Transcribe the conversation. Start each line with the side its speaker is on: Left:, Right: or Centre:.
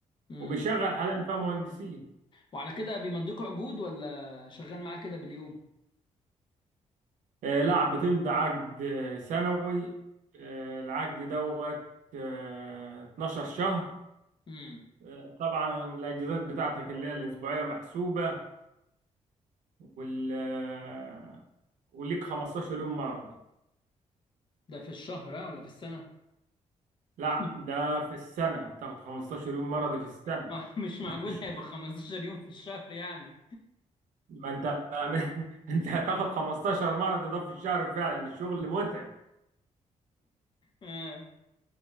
Left: امم
Right: وبيشغل حاليا فيها مهندسين
Left: وعلى كده بيمضيكوا عقود ولا شغال معاه كده باليوم
Right: آه، لا بتمضي عقد آه، سنوي آه، العقد دوت آه، 12 شهر
Left: امم
Right: آه، طبعا الاجازات بتاعتك اللي هي الاسبوعيه محسوبه وال آه، وليك 15 يوم مرضي
Left: ده في الشهر ها ولا في السنه
Right: لا
Left: <laughs>
Right: ده في السنه تاخد 15 يوم مرضي في السنه
Left: ما مش معقول
Right: مش في الشهر
Left: هيبقى 15 يوم في الشهر يعني
Right: ما انت <laughs> انت هتاخد 15 مرضي ده في الشهر فعلا الشغل متعب
Left: آه.